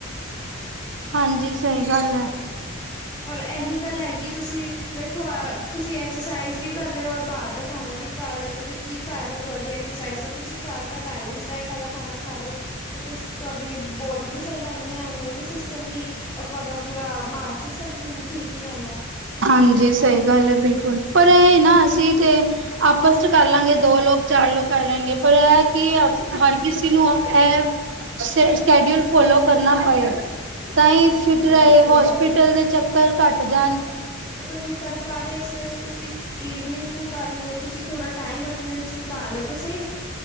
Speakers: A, on the right (about 60°); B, on the left (about 20°).
A: ਹਾਂਜੀ ਸਹੀ ਗੱਲ ਹੈ।
B: ਔਰ ਇਹੀ ਗੱਲ ਹੈਗੀ ਤੁਸੀਂ ਵੇਖੋ ਤੁਸੀਂ ਐਕਸਰਸਾਈਜ਼ ਵੀ ਕਰ ਰਹੇ ਹੋ ਔਰ ਬਾਹਰ ਦਾ ਖਾਣਾ ਵੀ ਖਾ ਰਹੇ ਹੋ ਫਿਰ ਕੀ ਫਾਇਦਾ ਤੁਹਾਡੀ ਐਕਸਰਸਾਈਜ਼ ਦਾ ਤੁਸੀਂ ਘਰ ਤਾਂ ਬੈਲੇੈਂਸ ਡਾਇਟ ਵਾਲਾ ਖਾਣਾ ਖਾ ਲਿਓ ਤੁ ਬੋਡੀ ਵੀ ਸਹੀ ਰਹਿੰਦੀ ਆ ਇਮਿਊਨਰੀ ਸਿਸਟਮ ਵੀ ਰ ਤੁਹਾਡਾ ਪੂਰਾ ਮਾਨਸਿਕ ਵੀ ਠੀਕ ਹੀ ਰਹਿੰਦਾ।
A: ਹਾਂਜੀ ਸਹੀ ਗੱਲ ਹੈ, ਬਿਲਕੁਲ ਪਰ ਇਹ ਨਾ ਅਸੀਂ ਤੇ ਆਪਸ ਚ ਕਰ ਲਾਂਗੇ ਦੋ ਲੋਕ ਚਾਰ ਲੋਕ ਕਰ ਲੈਗੇ ਪਰ ਇਹ ਕਿ ਹਰ ਕਿਸੇ ਨੂੰ ਐ ਸ ਸ਼ੈਡਿਊਲ ਫੋਲੋ ਕਰਨਾ ਪੈਂ ਤਾਂਹੀ ਫਿਟ ਰਹੇ
B: ਉਹੀ
A: ਹੋਸਪੀਟਲ ਦੇ ਚੱਕਰ ਘੱਟ ਜਾਣ।
B: ਨ ਕਰ ਪਾ ਰਹੇ ਐਕਸਰਸ ਤੁਸੀ ਈਵੀਨਿੰਗ ਨੂੰ ਕਰ ਲਿਓ, ਤੁਸੀਂ ਥੋੜਾ ਟਾਈਮ ਆਪ ਨਿਕਾਲ ਤੁਸੀ